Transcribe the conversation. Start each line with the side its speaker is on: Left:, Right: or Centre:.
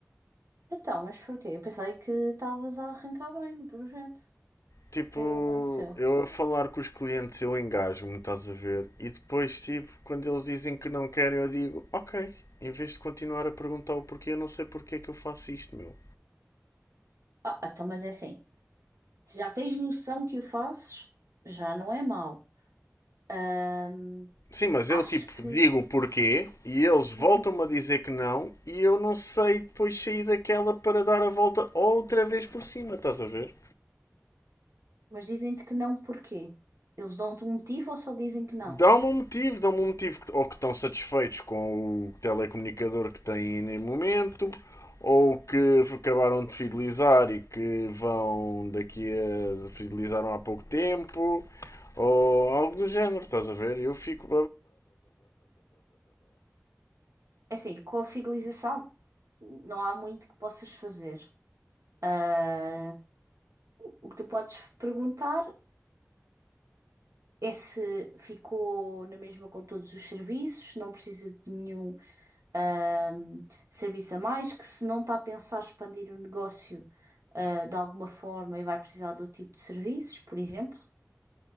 Right: Então, mas porquê? Eu pensei que estavas a arrancar bem no projeto. O
Left: Tipo,
Right: que é que aconteceu?
Left: eu a falar com os clientes eu engajo-me, estás a ver? E depois, tipo, quando eles dizem que não querem, eu digo, ok, em vez de continuar a perguntar o porquê, eu não sei porquê que eu faço isto, meu.
Right: Ah, então, mas é assim, se já tens noção que o fazes, já não é mau. Ahm,
Left: Sim, mas
Right: acho
Left: eu tipo
Right: que.
Left: digo o porquê e eles voltam-me
Right: Uhum.
Left: a dizer que não e eu não sei depois sair daquela para dar a volta outra vez por cima, estás a ver?
Right: Mas dizem-te que não, porquê? Eles dão-te um motivo ou só dizem que não?
Left: Dá-me um motivo, dá-me um motivo. Ou que estão satisfeitos com o telecomunicador que têm no momento, ou que acabaram de fidelizar e que vão daqui a. fidelizaram há pouco tempo, ou algo do género, estás a ver? Eu fico.
Right: É Assim, com a fidelização, não há muito que possas fazer. Ah, o que tu podes perguntar é se ficou na mesma com todos os serviços, se não precisa de nenhum, ah, serviço a mais, que se não está a pensar expandir o negócio, ah, de alguma forma e vai precisar do tipo de serviços, por exemplo.